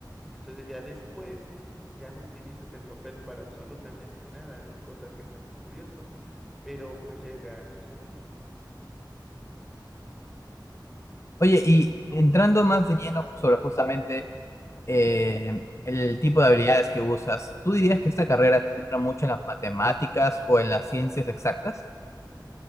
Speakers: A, in the centre; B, on the left.
A: Entonces ya después ya no utilizas el papel para absolutamente nada, ¿no? Cosa que es algo curioso, pero pues llega a suceder.
B: Oye, y entrando más de lleno sobre justamente eh, el tipo de habilidades que usas, ¿tú dirías que esta carrera se centra mucho en las matemáticas o en las ciencias exactas?